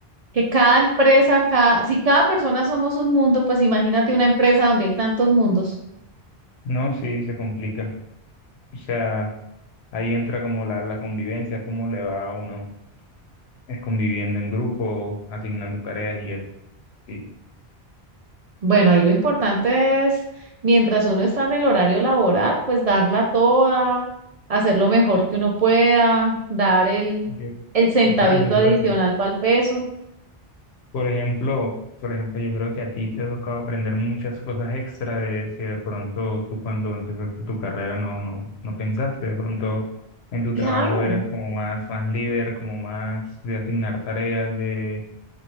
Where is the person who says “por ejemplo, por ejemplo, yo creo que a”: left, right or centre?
Left